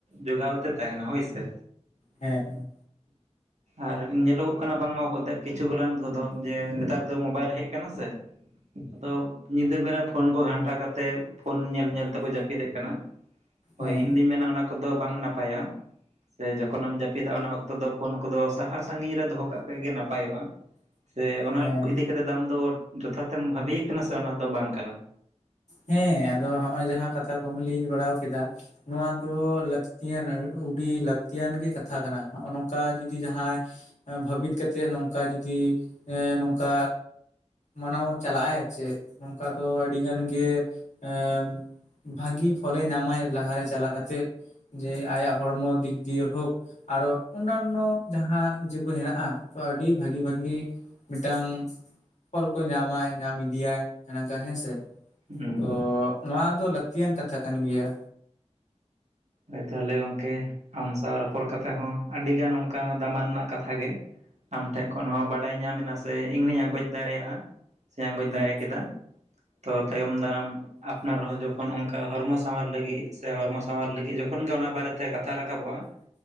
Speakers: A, on the right (about 75°); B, on the left (about 80°).
A: ᱡᱚᱜᱟᱣ ᱛᱮ ᱛᱟᱦᱮᱱᱟ ᱦᱳᱭ ᱥᱮ?
B: ᱦᱮᱸ
A: ᱟᱨ ᱧᱮᱞᱚᱜᱚᱜ ᱠᱟᱱᱟ ᱵᱟᱝᱢᱟ ᱜᱚᱫ ᱠᱤᱪᱷᱩ ᱜᱚᱞᱟᱱ ᱠᱚᱫᱚ ᱡᱮ ᱱᱮᱛᱟᱨ ᱫᱚ ᱢᱳᱵᱟᱭᱤᱞ ᱦᱮᱜ ᱠᱟᱱᱟ ᱥᱮ ᱟᱫᱚ ᱧᱤᱫᱟᱹ ᱵᱮᱲᱟ ᱯᱷᱚᱱ ᱠᱚ ᱜᱷᱟᱱᱴᱟ ᱠᱟᱛᱮᱫ ᱯᱷᱳᱱ ᱧᱮᱞ ᱧᱮᱞ ᱛᱮᱠᱚ ᱡᱟᱹᱯᱤᱫᱮᱜ ᱠᱟᱱᱟ᱾ ᱦᱳᱭ
B: ᱦᱮᱸ
A: ᱤᱧ ᱫᱩᱧ ᱢᱮᱱᱟ ᱚᱱᱟ ᱠᱚᱫᱚ ᱵᱟᱝ ᱱᱟᱯᱟᱭᱟ ᱥᱮ ᱡᱚᱠᱷᱚᱱᱮᱢ ᱡᱟᱹᱯᱤᱫᱟ ᱚᱱᱟ ᱚᱠᱛᱚ ᱫᱚ ᱯᱷᱚᱱ ᱠᱚᱫᱚ ᱥᱟᱦᱟ ᱥᱟᱺᱜᱤᱧ ᱨᱮ ᱫᱚᱦᱚ ᱠᱟᱜ ᱠᱷᱟᱡ ᱜᱮ ᱱᱟᱯᱟᱭᱚᱜᱼᱟ ᱥᱮ ᱚᱱᱚ
B: ᱦᱮᱸ
A: ᱤᱫᱤ ᱨᱮ ᱫᱟᱢ ᱫᱚ ᱡᱚᱛᱷᱟᱛᱮᱢ ᱵᱷᱟᱹᱵᱤᱭᱮᱫ ᱠᱟᱱᱟ ᱥᱮ ᱚᱱᱟ ᱫᱚ ᱵᱟᱝ ᱠᱟᱱᱟ?
B: ᱦᱮᱸ ᱟᱫᱚ ᱦᱚᱸᱜᱼᱚᱭ ᱡᱟᱦᱟᱸ ᱠᱟᱛᱷᱟ ᱠᱚᱢ ᱞᱟᱹᱭ ᱵᱟᱲᱟ ᱠᱮᱫᱟ᱾ ᱱᱚᱣᱟ ᱫᱚ ᱞᱟᱹᱠᱛᱤᱭᱟᱱ ᱩᱹᱰᱤ ᱞᱟᱹᱠᱛᱤᱭᱟᱱ ᱜᱮ ᱠᱟᱛᱷᱟ ᱠᱟᱱᱟ ᱱᱚᱜᱼᱚ ᱱᱚᱝᱠᱟ ᱡᱚᱫᱤ ᱡᱟᱦᱟᱸᱭ ᱵᱷᱟᱹᱵᱤᱛ ᱠᱟᱛᱮᱜ ᱱᱚᱝᱠᱟ ᱡᱩᱚᱫᱤ ᱮ ᱱᱚᱝᱠᱟ ᱢᱟᱱᱟᱣ ᱪᱟᱞᱟᱜᱟᱭ ᱟᱨ ᱪᱮᱫ ᱱᱚᱝᱠᱟ ᱫᱚ ᱟᱹᱰᱤ ᱜᱟᱱ ᱜᱮ ᱮᱸ ᱵᱷᱟᱹᱜᱤ ᱯᱷᱚᱞᱮ ᱧᱟᱢᱟᱭ ᱞᱟᱦᱟᱨᱮ ᱪᱟᱞᱟ ᱠᱟᱛᱮᱫ ᱡᱮ ᱟᱭᱟᱜ ᱦᱚᱲᱢᱚ ᱫᱤᱠ ᱫᱤᱭᱮ ᱦᱳᱠ ᱟᱨᱚ ᱚᱱᱱᱟᱱᱚ ᱡᱟᱦᱟᱸ ᱤᱡᱟᱹ ᱠᱚ ᱦᱮᱱᱟᱜᱼᱟ ᱛᱚ ᱟᱹᱰᱤ ᱵᱷᱟᱹᱜᱤ ᱵᱷᱟᱹᱜᱤ ᱢᱤᱫᱴᱟᱹᱝ ᱯᱷᱚᱞ ᱠᱚ ᱧᱟᱢᱟᱭ ᱧᱟᱢ ᱤᱫᱤᱭᱟᱭ ᱱᱟᱝᱠᱟ ᱦᱮᱸᱥᱮ
A: ᱦᱩᱸ
B: ᱛᱚ ᱱᱚᱶᱟ ᱫᱚ ᱞᱟᱹᱠᱛᱤᱭᱟᱱ ᱠᱟᱛᱷᱟ ᱠᱟᱱ ᱜᱮᱭᱟ᱾
A: ᱦᱚᱭᱛᱟᱦᱚᱞᱮ ᱜᱚᱝᱠᱮ ᱟᱢ ᱥᱟᱣ ᱨᱚᱯᱚᱲ ᱠᱟᱛᱮᱫ ᱦᱚᱸ ᱟᱹᱰᱤᱜᱟᱱ ᱚᱱᱠᱟᱱᱟᱜ ᱫᱟᱢᱟᱱᱟᱜ ᱠᱟᱛᱷᱟ ᱜᱮ ᱟᱢᱴᱷᱮᱜ ᱠᱷᱚᱱ ᱦᱚᱸ ᱵᱟᱰᱟᱭ ᱧᱟᱢ ᱢᱮᱱᱟ ᱥᱮ ᱤᱧ ᱦᱚᱧ ᱟᱸᱜᱚᱪ ᱫᱟᱲᱮᱭᱟᱜᱼᱟ ᱥᱮᱧ ᱟᱸᱜᱚᱪ
B: ᱦᱮᱸ
A: ᱫᱟᱲᱮ ᱠᱮᱫᱟ᱾ ᱛᱚ ᱛᱟᱭᱚᱢ ᱫᱟᱨᱟᱢ ᱟᱯᱱᱟᱨᱦᱚ ᱡᱚᱠᱷᱚᱱ ᱚᱱᱠᱟ ᱦᱚᱨᱢᱚ ᱥᱟᱶᱟᱨ ᱞᱟᱹᱜᱤᱜ ᱥᱮ ᱦᱚᱨᱢᱚ ᱥᱟᱶᱟᱨ ᱞᱟᱹᱜ ᱡᱚᱠᱷᱚᱱ ᱜᱮ ᱚᱱᱟ ᱵᱟᱨᱮᱛᱮ ᱠᱟᱛᱷᱟ ᱨᱟᱠᱟᱵᱚᱜᱼᱟ